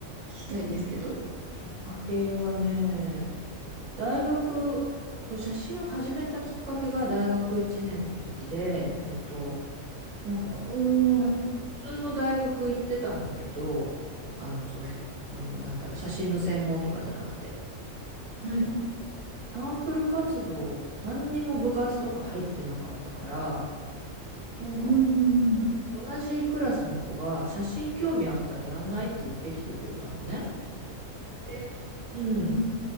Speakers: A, on the right; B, on the right.
A: 聞きたいんですけど。
B: きっかけはね、大学、そう、写真を始めたきっかけが大学1年の時で、えっと、なんか、
A: おー、
B: 普通の大学行ってたんだけど、あの、その、
A: はい。
B: その、なんだろう、写真の専門とかじゃなくて、
A: はい。う
B: サークル活動、何にも部活とか入ってなかったから、なんか、
A: ーん。
B: 同じクラスの子が写真興味あったらやんないって言ってきてくれたのね。
A: えー、
B: うん。
A: うん。